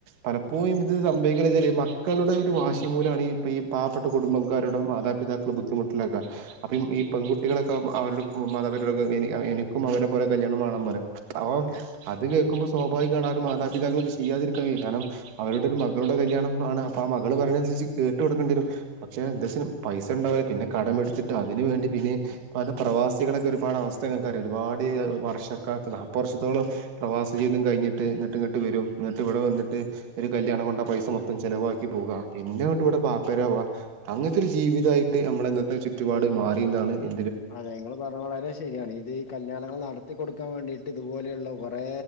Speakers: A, on the right (about 70°); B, on the left (about 45°).
A: പലപ്പോഴും ഇത് സംഭവിക്ക മക്കളുടെ ഒരു വാശി പോലാണ് ഈ പാവപ്പെ കുടബക്കാരുടെ മാതാപിതാക്കൾ ബുദ്ധിമു ന്നാക്ക അപ്പ ഈ പെൺകുട്ടികളൊക്കെ അവരുടെ മാതാപിത എനിക്കും അവരെ പോലെ കല്യാണം വേ അപ്പൊ അത് കേൾക്കുമ്പോ സ്വാഭാവികമാണ് ആ ഒരു മാതാപിതാക്കു ഇത് ചെയ്യാതിരിക്കാൻ കയ്യൂല കാരണം അവരുടെ ഒരു മ മകളുടെ കല്യാണംമാണ് അപ്പ ആ മകള് പറിണനനുസരിച്ച് കേട്ട് കൊടുക്കേണ്ടിരും പക്ഷെ എന്താച്ച പൈസ ഉണ്ടാവുല പിന്നെ കടമെടുത്തിട്ട് അതിന് വേണ്ടി പിന്നെ പല പ്രവാസികളൊക്കെ ഒരുപാട് അവസ്ഥ ങ്ങക്കറിയോ ഒരുപാട് വർഷക്കാ അപ്പ നാപ്പത് വർഷത്തോളം പ്രവാസ ജീവിം കഴിഞ്ഞിട്ട് എന്നിട്ട് ഇങ്ങട്ട് വരും എന്നിട്ട് ഇവിടെ വന്നിട്ട് ഒരു കല്യാണ ണ്ട പൈസ മൊത്തം ചെലവാക്കി പോകുക പിന്നെട്ട് ഇവിടെ പാപ്പരവുക അങ്ങനത്തെരു ജീവിതയിട്ട് നമ്മൾ ചുറ്റുപാട് മാറി എന്നാണ് എ
B: അതെ നിങ്ങള് പറഞ്ഞത് വളരെ ശരിയാണ് ഇത് ഈ കല്യാണങ്ങൾ നടത്തി കൊടുക്ക ക്കെ വേണ്ടിട്ട് ഇതുപോലെയുള്ള കുറേ